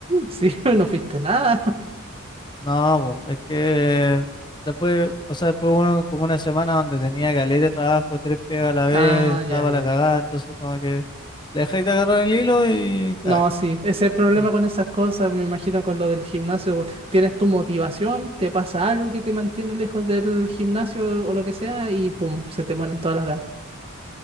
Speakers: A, on the right; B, on the left.
A: sí, no fuiste nada.
B: No, po, es que después, o sea, después uno como una semana donde tenía caleta de trabajo, tres pegas a la vez,
A: Ah,
B: estaba
A: ya, ya.
B: para la cagada, entonces como que le dejáis de agarrar el hilo y
A: No,
B: cagáis.
A: sí, ese es el problema
B: Mm.
A: con esas cosas, me imagino con lo del gimnasio. we- Tienes tu motivación, te pasa algo que te mantiene lejos del gimnasio o lo que sea y pum, se te mueren todas las ganas.